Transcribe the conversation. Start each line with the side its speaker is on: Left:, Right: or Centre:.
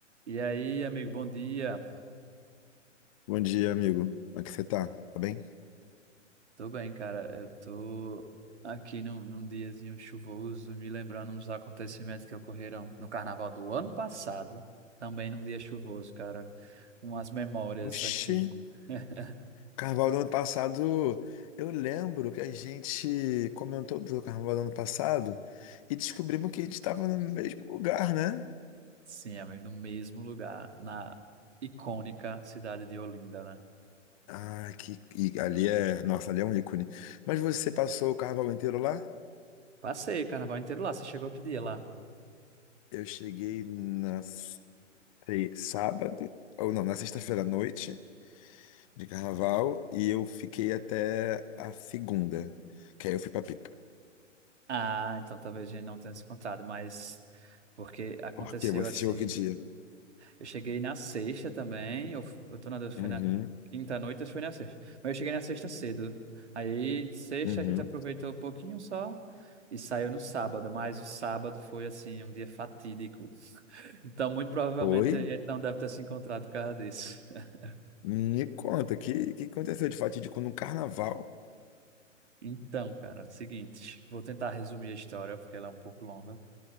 Right: E aí, amigo, bom dia.
Left: Bom dia, amigo. Como é que você tá? Tá bem?
Right: Tô bem, cara. Eu tô aqui num, num diazinho chuvoso, me lembrando uns acontecimentos que ocorreram no carnaval do ano passado, também num dia chuvoso, cara. Umas memórias
Left: Oxi,
Right: aqui. <laughs>
Left: carnaval do ano passado. Eu lembro que a gente comentou do carnaval do ano passado e descobrimos que a gente estava no mesmo lugar, né?
Right: Sim, amigo, no mesmo lugar, na icônica cidade de Olinda, né?
Left: Ah, que e ali é. Nossa, ali é um ícone. Mas você passou o carnaval inteiro lá?
Right: Passei o carnaval inteiro lá. Você chegou que dia lá?
Left: Eu cheguei na se- sábado, ou não, na sexta-feira à noite de carnaval e eu fiquei até a segunda, que aí eu fui pra Pipa.
Right: Ah, então talvez a gente não tenha se encontrado, mas porque aconteceu
Left: Porque você
Right: assim.
Left: chegou que dia?
Right: Eu cheguei na sexta também. Eu, eu tô na dúvida se
Left: Uhum.
Right: foi na quinta à noite ou se foi na sexta. Mas eu cheguei na sexta cedo. Aí, sexta,
Left: Uhum.
Right: a gente aproveitou um pouquinho só e saiu no sábado. Mas o sábado foi, assim, um dia fatídico. Então, muito provavelmente
Left: Foi?
Right: a gente não deve ter se encontrado por causa disso. <laughs>
Left: Me conta, o que, que aconteceu de fatídico no carnaval?
Right: Então, cara, é o seguinte, vou tentar resumir a história, porque ela é um pouco longa.